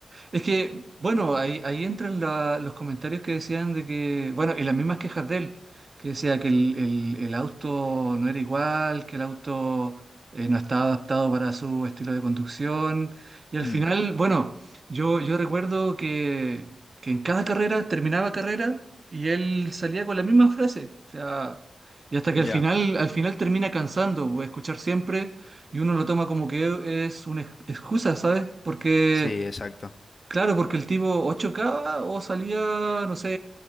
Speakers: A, on the right; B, on the left.
A: Es que, bueno, ahí, ahí entran la- los comentarios que decían de que, bueno, y las mismas quejas de él, que decía que el, el- el auto no era igual, que el auto eh, no estaba adaptado para su estilo de conducción. Y al
B: Mm,
A: final, bueno, yo, yo recuerdo que, que en cada carrera, terminaba carrera, y él salía con la misma frase. O sea, y hasta que al
B: ya,
A: final, al final termina cansando, pues, escuchar siempre, y uno lo toma como que es una ex- excusa, ¿sabes? Porque...
B: sí, exacto,
A: Claro, porque el tipo o chocaba o salía, no sé,